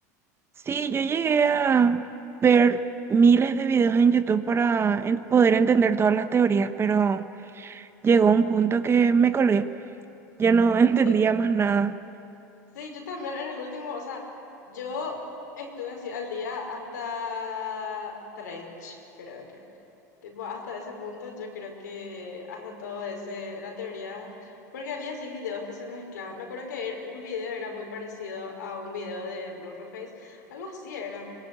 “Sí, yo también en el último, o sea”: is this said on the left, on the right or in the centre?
Left